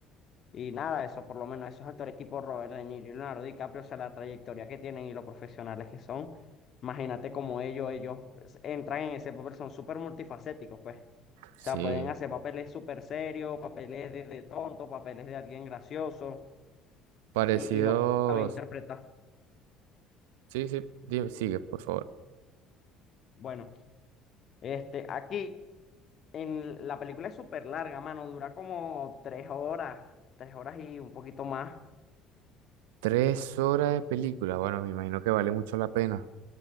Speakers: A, on the left; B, on the right.
A: Y nada, eso por lo menos, esos actores tipo Robert De Niro y Leonardo DiCaprio, o sea, la trayectoria que tienen y lo profesionales que son, imagínate como ellos, ellos pues, entran en ese papel, son súper multifacéticos, pues. O
B: Sí,
A: sea, pueden hacer papeles súper serios, papeles de, de tonto, papeles de alguien gracioso,
B: parecidos.
A: y, y lo sabe interpretar.
B: Sí, sí, dime, sigue, por favor.
A: Bueno, este, aquí en la película es súper larga, mano, dura como tres horas, tres horas y un poquito más.
B: Tres horas de película, bueno, me imagino que vale mucho la pena.